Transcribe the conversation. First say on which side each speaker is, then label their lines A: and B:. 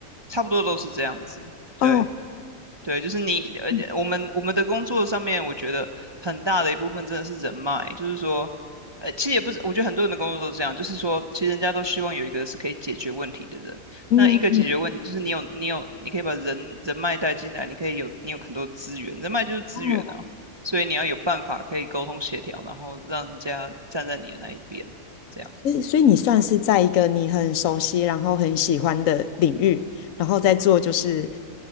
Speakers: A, on the right; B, on the left.
A: 差不多都是这样子。对
B: 哦，
A: 对，就是你，而且我们我们的工作上面，
B: 嗯
A: 我觉得很大的一部分真的是人脉，就是说，呃，其实也不是，我觉得很多人的工作都是这样，就是说，其实人家都希望有一个是可以解决问题的人。
B: 嗯嗯，
A: 那一个解决问题，就是你有你有，你可以把人人脉带进来，你可以有你有很多资源，人脉就是资源啊，
B: 哦。
A: 所以你要有办法可以沟通协调，然后让人家站在你的那一边，这样子。
B: 所以，所以你算是在一个你很熟悉，然后很喜欢的领域，然后再做就是